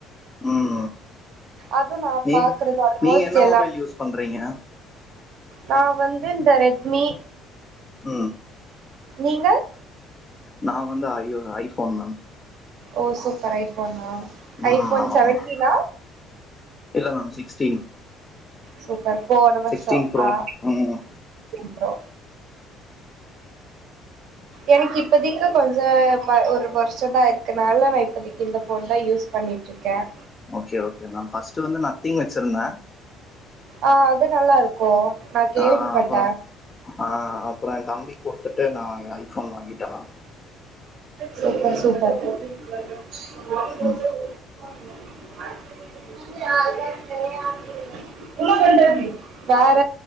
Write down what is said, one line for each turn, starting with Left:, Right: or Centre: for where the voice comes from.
Left: உம்
Right: அதுவு நா
Left: நீ
Right: பாக்குறது ஆல்மோஸ்ட்
Left: நீங்க என்ன
Right: எல்லா
Left: மொபைல் யூஸ் பண்றீங்க
Right: நா வந்து இந்த ரெட்மி
Left: உஹம்
Right: நீங்க
Left: நா வந்து ஐயோ ஐபோன் மேம்
Right: ஓ சூப்பர் ஐபோனா
Left: ம்
Right: ஐபோன்
Left: ஆமா
Right: செவன்டீனா
Left: மேம் இல்ல மேம் சிக்ஸ்டீன்
Right: சூப்பர் போனவர்ஷோ
Left: சிக்ஸ்டீன் ப்ரோ
Right: ஆஹ
Left: ம்
Right: இப்போ எனக்கு இப்பதிக்கு கொஞ்ச ஒரு வருஷதா இருக்குனால நா இப்பதிக்கு இந்த போன் தா யூஸ் பண்ணிட்ருக்கேன்
Left: ஓகே ஓகே மேம் பர்ஸ்ட் வந்து நத்திங் வச்சிருந்த
Right: ஆஹ் அது நல்லா இருக்கு நா கேள்விப்பட்டே
Left: ஆஹ் அப்புறோ ஆஹ் அப்புறோ தம்பி குடுத்துட்டு நா ஐபோன் வாங்கிட்ட மேம்
Right: சூப்பர் சூப்பர் <unintelligible>
Left: ம்
Right: வேற